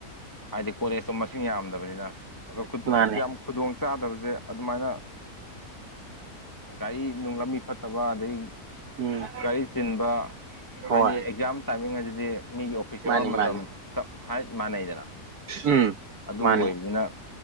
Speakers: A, on the left; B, on the right.
A: ꯍꯥꯏꯗꯤ ꯀꯣꯂꯦꯖꯇꯣ ꯃꯁꯤꯡ ꯌꯥꯝꯗꯕꯅꯤꯅ ꯑꯗꯣ ꯈꯨꯠ
B: ꯃꯥꯅꯦ
A: ꯌꯥꯝ ꯈꯨꯗꯣꯡ ꯆꯥꯗꯕꯖꯦ ꯑꯗꯨꯃꯥꯏꯅ ꯒꯥꯔꯤ ꯅꯨꯡ ꯂꯝꯕꯤ ꯐꯠꯇꯕ ꯑꯗꯒꯤ
B: ꯎꯝ
A: ꯒꯥꯔꯤ ꯆꯤꯟꯕ
B: ꯍꯣꯏ
A: ꯍꯥꯏꯗꯤ ꯑꯦꯛꯖꯥꯝ ꯇꯥꯏꯃꯤꯡ ꯑꯖꯤꯗꯤ ꯃꯤꯒꯤ ꯑꯣꯐꯤꯁ
B: ꯃꯥꯅꯤ
A: ꯑꯋꯥꯔ
B: ꯃꯥꯅꯤ
A: ꯃꯇꯝ ꯆꯞ ꯍꯥꯏꯞ ꯃꯥꯟꯅꯩꯗꯅ
B: ꯎꯝ
A: ꯑꯗꯨ
B: ꯃꯥꯅꯤ
A: ꯑꯣꯏꯕꯅꯤꯅ